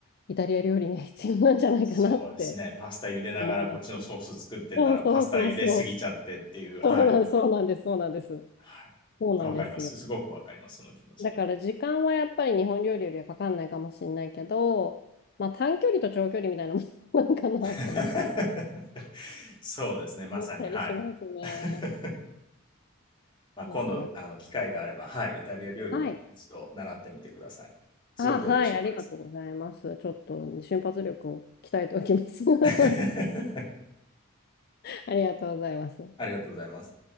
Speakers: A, on the left (about 45°); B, on the left (about 20°).
A: イタリア料理には必要なんじゃないかなって
B: そうですね。パスタ茹でながらこっちのソース作ってたら、
A: 思います。そうそうそうそう。
B: パスタ茹ですぎちゃってっていう、はい。
A: そうなん、そうなんです、そうなんです。
B: はい。
A: そうなんですよ。
B: わかります。すごくわかります、その気持ち。
A: だから時間はやっぱり日本料理よりはかかんないかもしれないけど、まあ短距離と長距離みたいなもんなんかなと
B: <laughs> そうですね。
A: 思ったりしますね。
B: まさに、はい。<laughs> まあ、
A: なかなか。
B: 今度あの機会があれば、はい、イタリア料理も一度習ってみてください。
A: はい。
B: すごく面白いです。
A: あ、はい、ありがとうございます。ちょっと瞬発力を鍛えておきます。<laughs>
B: <laughs>
A: ありがとうございます。
B: ありがとうございます。